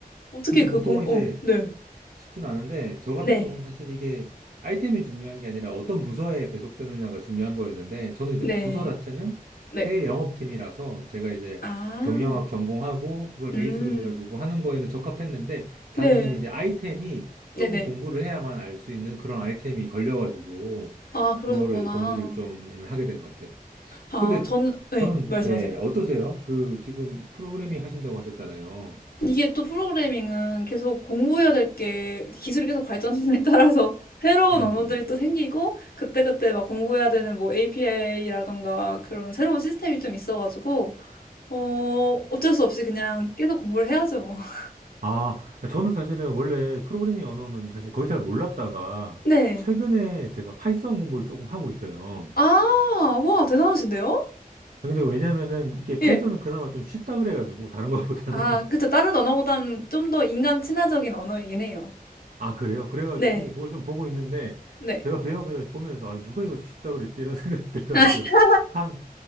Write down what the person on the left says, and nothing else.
어떻게
그
공 어
네.
네.
네.
네.
아.
음.
네.
네네.
아, 그러셨구나.
아,
전, 네,
말씀하세요.
이게 또 프로그래밍은 계속 공부해야 될 게 기술이 계속 발전에 <laughs> 따라서 새로운
언어들이 또 생기고 그때그때 막 공부해야 되는 뭐 API라던가 그런 새로운 시스템이 좀 있어가지고 어, 어쩔 수 없이 그냥 계속 공부를 해야죠, 뭐. <laughs>
네.
아, 와, 대단하신데요?
예.
아,
그쵸. 다른 언어보단 좀 더 인간 친화적인 언어이긴 해요.
네.
네.
<laughs>